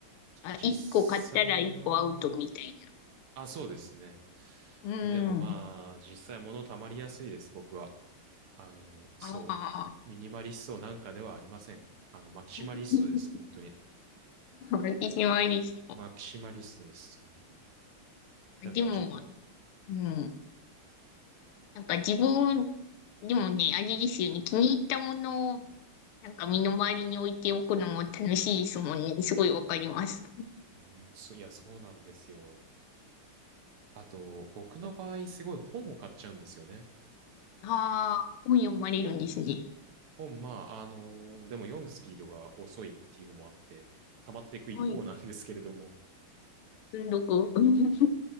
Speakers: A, on the left (about 80°); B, on the right (about 80°).
A: あ、
B: 実際は、
A: 一個買ったら一個アウトみたいな。
B: あ、そうですね。
A: うん。
B: でもまあ、実際物溜まりやすいです、僕は。あの、そ
A: ああ、
B: う。ミニマリストなんかではありません。あの、マキシマリストです、
A: <laughs>
B: 本当に。
A: 私もありそ
B: マキシマリストです、本当に。だからちょっと
A: う。でも、うん。なんか自分、でもね、あれですよね。気に入ったものを、なんか身の回りに置いておくのも楽しいですもんね。すごいわかります。
B: うん、そ、いや、そうなんですよ。あと、僕の場合、すごい本を買っちゃうんですよね。
A: ああ、本読まれるんですね。
B: 本、まあ、あのーでも読むスピードが遅いっていうのもあって、溜まっていく一方なんですけれども、
A: はい。積んどく。うん <laughs>